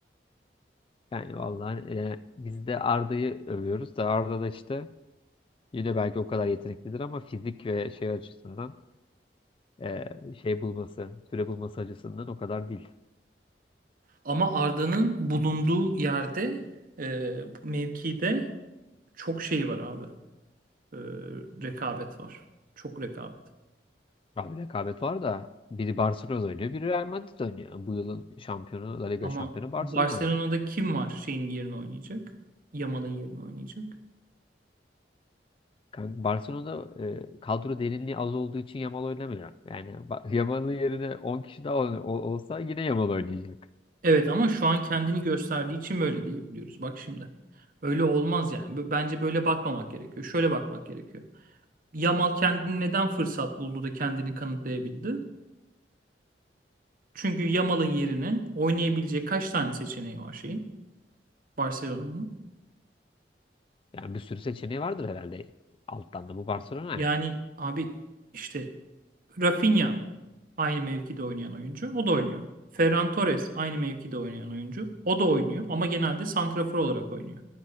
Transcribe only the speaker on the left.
Yani vallahi e, biz de Arda'yı övüyoruz da Arda da işte yine belki o kadar yeteneklidir ama fizik ve şey açısından e, şey bulması, süre bulması açısından o kadar değil.
Abi rekabet var da biri Barcelona oynuyor, biri Real Madrid oynuyor. Bu yılın şampiyonu, La Liga
şampiyonu Barcelona.
Kan- Barcelona'da e, kadro derinliği az olduğu için Yamal oynamıyor. Yani Ba- <laughs> Yamal'ın yerine 10 kişi daha ol- ol- olsa yine Yamal oynayacak.
Yani bir sürü seçeneği vardır herhalde alttan da bu Barcelona
yani.